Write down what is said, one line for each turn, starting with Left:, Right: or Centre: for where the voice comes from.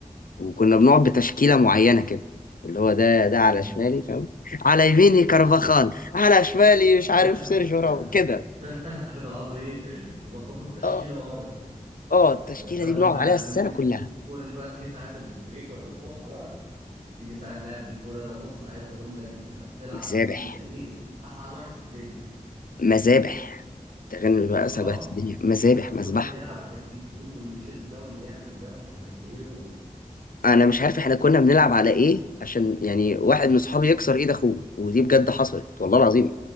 Left: وكنا بنقعد بتشكيله معينه كده اللي هو ده ده
Right: امم
Left: على شمالي فاهم على يميني كارفاخال على شمالي
Right: <laughs>
Left: مش عارف سيرجيو راموس كده
Right: تقعدوا ايه تظبطوا التشكيله
Left: آه.
Right: ورا
Left: اه التشكيله
Right: انت بما
Left: دي بنقعد عليها
Right: بما
Left: السنه
Right: ان
Left: كلها
Right: جبت سيره الكوره دي بقى تيجي ساعه البريك ولا الفسحه بقى تيجي ساعه لعب الكوره ده بص عايز اقول لك بتبقى بتلعب
Left: مذابح
Right: وانت ايه اسعد واحد في الدنيا
Left: مذابح تغني بقى
Right: اه
Left: سبهت الدنيا مذابح
Right: لا وكله
Left: مذبحه
Right: بيلعب وعايز يجيب جون واللي يشد ده واللي يعمل ده ومش عارف ايه و...
Left: انا مش عارف احنا كنا بنلعب على ايه عشان يعني واحد من صحابي يكسر ايد اخوه ودي بجد حصلت والله العظيم